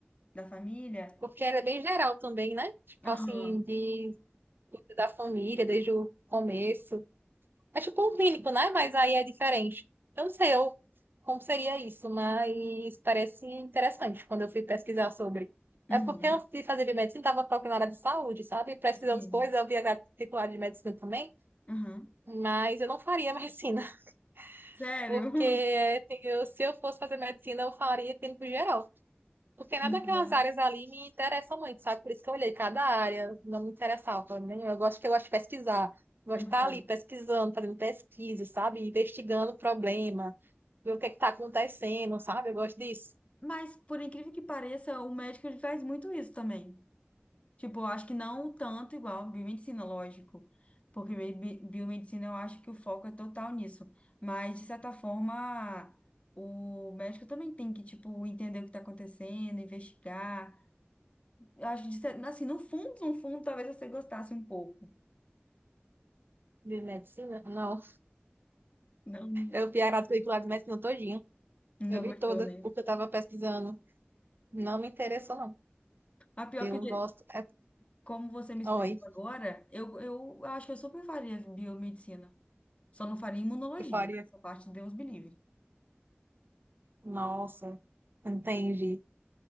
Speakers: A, on the left; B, on the right.
A: da família.
B: porque ela é bem geral também, né? Tipo
A: Aham.
B: assim, de cuida da família desde o começo. É tipo um clínico, né? Mas aí é diferente. Eu não sei eu, como seria isso, mas parece interessante quando eu fui pesquisar sobre. É
A: Uhum.
B: porque antes de fazer biomedicina, estava procurando área de saúde, sabe? Pesquisando
A: Sim.
B: as coisas, eu via grade titular de medicina também,
A: Aham.
B: mas eu não faria medicina, <laughs>
A: Sério?
B: porque
A: <laughs>
B: assim, eu- se eu fosse fazer medicina, eu faria clínico geral. Porque nada
A: Uhum.
B: daquelas áreas ali me interessa muito, sabe? Por isso que eu olhei cada área, não me interessava, né? Eu gosto que eu gosto de pesquisar, gosto
A: Uhum.
B: de estar ali pesquisando, fazendo pesquisa, sabe? Investigando o problema, ver o que está acontecendo, sabe? Eu gosto disso.
A: Mas, por incrível que pareça, o médico ele faz muito isso também. Tipo, eu acho que não tanto igual biomedicina, lógico. Porque bi- bi- biomedicina eu acho que o foco é total nisso. Mas, de certa forma, o médico também tem que, tipo, entender o que está acontecendo, investigar. Eu acho que, de cer- assim, no fundo, no fundo, talvez você gostasse um pouco.
B: De medicina? Não.
A: Não,
B: Eu vi a quadrícula de medicina todinha.
A: não
B: Eu vi
A: gostou,
B: toda,
A: né?
B: porque eu estava pesquisando. Não me interessou, não.
A: A pior
B: Eu
A: que, o jeito-
B: gosto. É...
A: como você me
B: Oi,
A: explicou agora, eu, eu acho que eu super faria biomedicina. Só não faria imunologia.
B: eu faria.
A: Essa parte, Deus me livre.
B: Nossa, entendi.